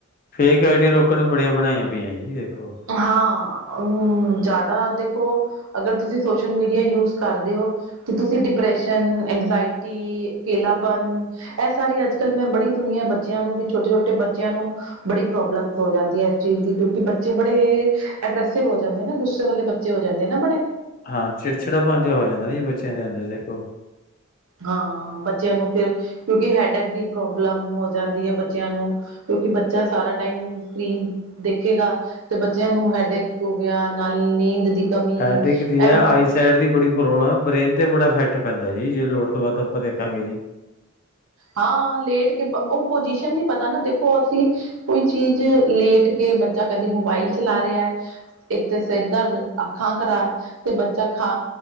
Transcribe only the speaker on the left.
ਫੇਕ ਆਈਡੀਆ ਲੋਕਾਂ ਨੂੰ ਬੜੀਆਂ ਬਣਾਈਆਂ ਪਈਆਂ ਜੀ ਦੇਖੋ
ਹਾਂ ਚਿੜਚਿੜਾ ਭਣ ਹੋ ਜਾਂਦਾ ਨਾ ਬੱਚਿਆਂ ਦੇ ਅੰਦਰ ਦੇਖੋ
ਐਡਿਕ ਦੀ ਹੈ
ਆਈ ਸੈਡ ਦੀ ਬੜੀ ਪ੍ਰੋਬਲਮ ਹੈ ਬ੍ਰੇਨ ਤੇ ਬੜਾ ਇਫੈਕਟ ਪੈਂਦਾ ਜੀ ਜੇ ਲੋੜ ਤੋਂ ਬਾੱਦ ਆਪਾਂ ਦੇਖਾਂਗੇ ਜੀ